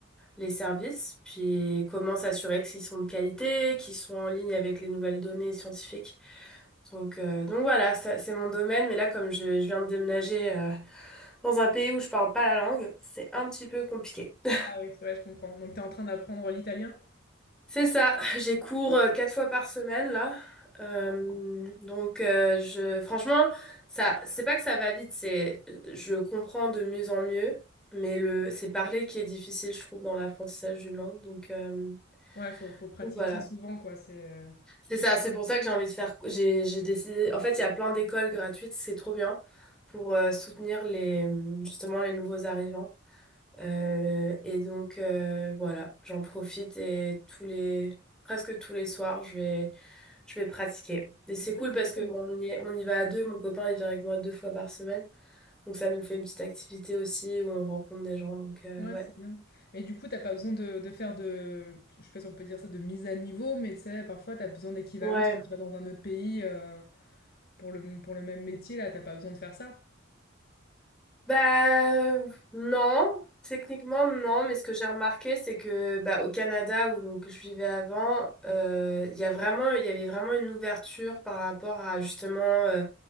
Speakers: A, in the centre; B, on the left.
A: les services, puis comment s'assurer qu'ils sont de qualité, qu'ils sont en ligne avec les nouvelles données scientifiques. Donc, euh, donc voilà, ça, c'est mon domaine, mais là, comme je, je viens de déménager euh, dans un pays où je parle pas la langue, c'est un petit peu compliqué. <laughs>
B: Ah oui, ouais, je comprends. Donc tu es en train d'apprendre l'italien?
A: C'est ça, j'ai cours euh, quatre fois par semaine là. Euh, donc euh, je franchement ça c'est pas que ça va vite, c'est je comprends de mieux en mieux, mais le c'est parler qui est difficile je trouve dans l'apprentissage d'une langue. Donc, euh,
B: Ouais, faut, faut pratiquer
A: donc voilà.
B: souvent, quoi. C'est, euh,
A: C'est ça, c'est pour ça que j'ai envie de faire. J'ai, j'ai décidé. En fait, il y a plein d'écoles gratuites, c'est trop bien pour euh, soutenir les, justement les nouveaux arrivants. Euh, et donc, euh, voilà, j'en profite et tous les, presque tous les soirs, je vais, je vais pratiquer. Et c'est
B: donc
A: cool
B: ça, c'est
A: parce
B: cool.
A: qu'on y est- on y va à deux. Mon copain, il vient avec moi deux fois par semaine. Donc, ça nous fait une petite activité aussi où on rencontre des gens. Donc, euh,
B: Ouais,
A: ouais.
B: c'est bien. Mais du coup, t'as pas besoin de, de faire de, je sais pas si on peut dire ça, de mise à niveau, mais tu sais, parfois t'as besoin d'équivalence
A: Ouais.
B: quand tu vas dans un autre pays euh, pour le, pour le même métier, là, t'as pas besoin de faire ça.
A: Bah non, techniquement non, mais ce que j'ai remarqué, c'est que bah, au Canada où donc je vivais avant, euh, il y a vraiment, il y avait vraiment une ouverture par rapport à justement euh,